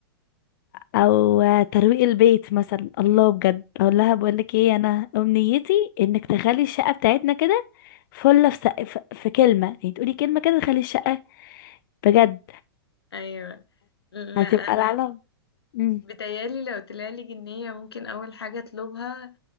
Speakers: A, on the left; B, on the left.
A: او ترويق البيت مثلا الله بجد اقول
B: <laughs>
A: لها بقول لك ايه انا امنيتي انك تخلي الشقه بتاعتنا كده فله في, سق- في, في كلمه يعني تقولي كلمه كده تخلي الشقه بجد
B: ايوه لا
A: هتبقى
B: انا
A: العالم مم.
B: بتهيألي لو طلعلي جنية ممكن أول حاجة أطلبها